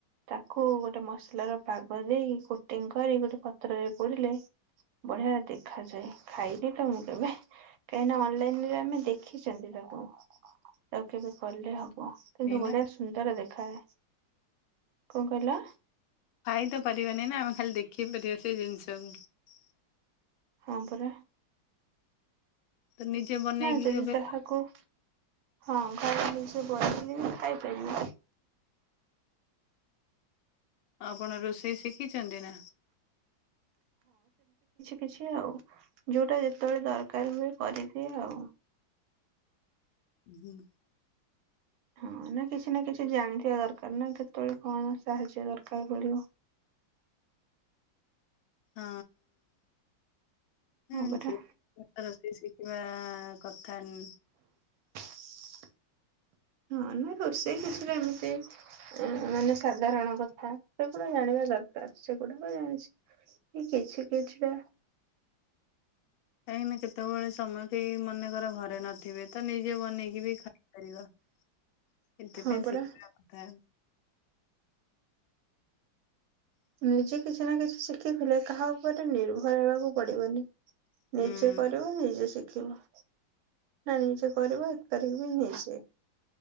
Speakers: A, on the right (about 80°); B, on the left (about 85°).
A: ତାକୁ ଗୋଟେ ମ ଫସଲ ର ପାଗ ଦେଇ କୋଟିଂ କରି ଗୋଟେ ପତ୍ରରେ ପୋଡିଲେ ବଢିଆ ଦେଖାଯାଏ ଖାଇନି ତ ମୁଁ କେବେ କାହିଁକିନା ଅନଲାଇନ ରେ ଆମେ ଦେଖିଛନ୍ତି ତାକୁ ଆଉ କେବେ କଲେ ହବ। ଓ କିନ୍ତୁ ବଢିଆ
B: ନା
A: ସୁନ୍ଦର ଦେଖାଯାଏ। କଣ କହିଲ?
B: ଖାଇ ତ ପାରିବନି ନା ଆମେ ଖାଲି ଦେଖେଇ ପାରିବା ସେ ଜିନିଷକୁ।
A: ହଁ ପରା।
B: ତ ନିଜେ ବନେଇକି
A: ନା ଯଦି
B: କେବେ
A: ତାହାକୁ ହଁ ଘରେ ନିଜ ବ ଖାଇପାରିବି
B: ଆପଣ ରୋଷ ସେ ଶିଖି ଚାଛନ୍ତି ନା
A: ଖଛି ଆଉ ଯୋଉଟା ଯେତେବେଳେ ଦରକାର ହୁଏ କରିଦିଏ ଆଉ
B: ହୁଁ
A: ହଁ ନା କିଛି ନା କିଛି ଜାଣିଥିବା ଦରକାର ନା କେତେବେଳେ କଣ ସାହାଯ୍ୟ ଦରକାର ପଡିବ।
B: ହଁ ହୁଁ
A: ହଁ ପରା
B: ସେ କିମ୍ବା କ କନ୍
A: <inaudible> ହଁ ନାଇ ରୋଷେଇ କିଛିଟା ଏମିତି ମାନେ ସାଧାରଣ କଥା ସେଗୁଡା ଜାଣିବା ଦରକାର ସେଗୁଡାକ ଜାଣିଛି କିଛି କିଛିଟା
B: କାଇହିଁ ନାି କେତେବେଳେ ସମୟ କେହି ମନେ କରର ଘରେ ନଥିବେ ତ ନିଜେ ବନେଇକି ବି ଖାଇପାରିବା ସେଥିପାଇଁ
A: ହଁ ପରା
B: ଶିଖିବା କଥା
A: ନିଜେ କିଛି ନା କିଛି ଶିଖିଥିଲେ କାହା ଉପରେ ନିର୍ଭର ହେବାକୁ ପଡିବନି
B: ହୁଁ
A: ନିଜେ କରିବ ନିଜେ ଶି ନା ନିଜେ କରିବ ଏକ ତାରିଖ ବି ନିଜେ